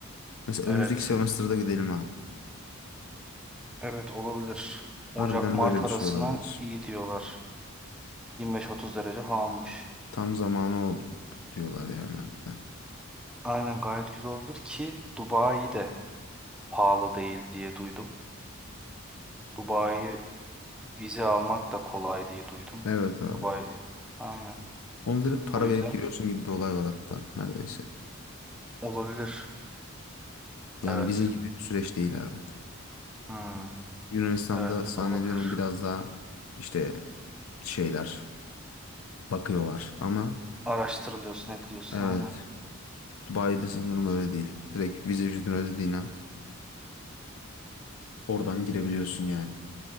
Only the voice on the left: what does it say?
Mesela
önümüzdeki semester'da gidelim abi.
Harbiden böyle bir
şey olabilir.
Tam zamanı oldu diyorlar yani harbiden.
Evet abi.
Onu direkt para
verip giriyorsun gibi bir olay var hatta neredeyse.
Yani
vize gibi bir süreç değil abi.
Yunanistan'da
zannediyorum
biraz daha işte şeyler bakıyorlar ama
evet
Dubai'de sanırım öyle değil. Direkt vize ücretini ödediğin an oradan girebiliyorsun yani.